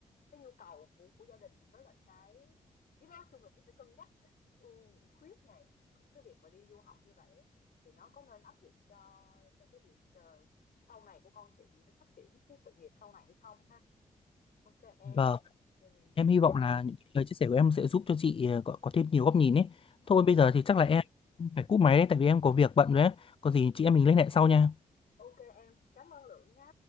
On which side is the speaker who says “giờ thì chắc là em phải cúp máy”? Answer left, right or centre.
Left